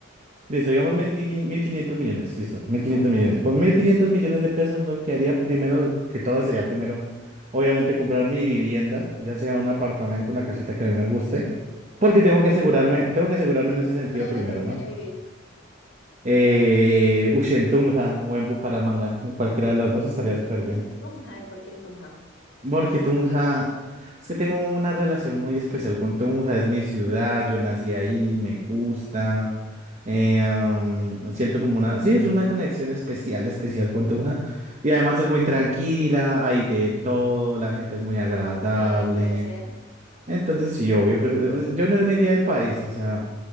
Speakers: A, on the right; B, on the left.
A: listo, digamos mil quinientos millones, listo, mil quinientos
B: Ujú,
A: millones. Con 1.500 millones de pesos lo que haría primero, de- que todo sería primero, obviamente comprar mi vivienda, ya sea un apartamento, una casita que a mí me guste, porque
B: ujú.
A: tengo que asegurarme, tengo que asegurarme en ese sentido
B: ¿Pero dónde
A: primero,
B: te gustaría
A: ¿no?
B: vivir?
A: Eh, uy, en Tunja o en Bucaramanga, en cualquiera de las dos estaría súper bien.
B: En Tunja, ¿y por qué en Tunja?
A: Porque Tunja, es que tengo una relación muy especial con Tunja, es mi ciudad, yo nací ahí, me gusta. eh, am, siento como una, sí, es una conexión especial, especial con Tunja. Y además es muy tranquila, hay de todo, la gente es muy agradable.
B: Sí, puede ser,
A: Entonces, sí, obvio, pref- yo no me iría del país, o sea